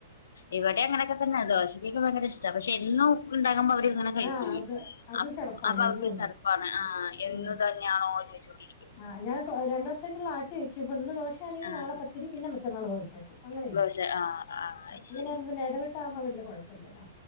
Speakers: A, on the left; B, on the left.
A: ഇവിടെ അങ്ങനെയൊക്കെ തന്നെ ദോശയൊക്കെ ഭയങ്കര ഇഷ്ട പക്ഷെ എന്നും ഉണ്ടാകുമ്പോ അവര് അങ്ങനെ കഴിക്ക്,
B: ആ അത് അതും
A: അ
B: ചടപ്പാണ്
A: അപ്പൊ അവർക്ക്,
B: എന്നും ഉണ്ടാക്കും
A: ചെറപ്പാണ് ആ എന്നു
B: ഉം
A: ഇത്‌ തന്നെയാണോ ചോദിച്ചൊണ്ടിരിക്കും.
B: ആ ഞാൻ രണ്ട് ദിവസത്തേക്കുള്ള ആട്ടി വെക്കും ഇപ്പൊ ഇന്ന് ദോശയാണെങ്കിൽ
A: ആഹ്
B: നാളെ പത്തിരി പിന്നെ മറ്റന്നാള് ദോശയായിരിക്കും അങ്ങനെ ചെയ്യും
A: ദോശ ആഹ് ആഹ് അത്
B: അങ്ങനെ
A: ശരി
B: ആവുമ്പം പിന്നെ എടവിട്ട് ആകുമ്പ വലിയ കുഴപ്പമില്ലല്ലോ